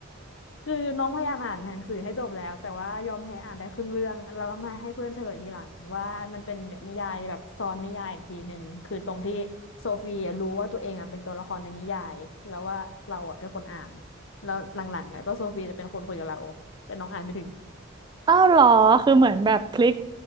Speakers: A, on the left; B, on the right.
A: คือน้องพยายามอ่านหนังสือให้จบแล้วแต่ว่ายอมแพ้อ่านได้ครึ่งเรื่องแล้วมาให้เพื่อนเฉลยทีหลังว่ามันเป็นนิยายแบบซ้อนนิยายอีกทีหนึ่งคือตรงที่โซฟีอะรู้ว่าตัวเองอ่ะเป็นตัวละครในนิยายแล้วว่าเราอ่ะเป็นคนอ่านแล้วหลังๆอ่ะก็โซฟีจะเป็นคนคุยกับเราแต่น้องอ่านไม่ถึง
B: อ้าวเหรอคือเหมือนแบบพลิก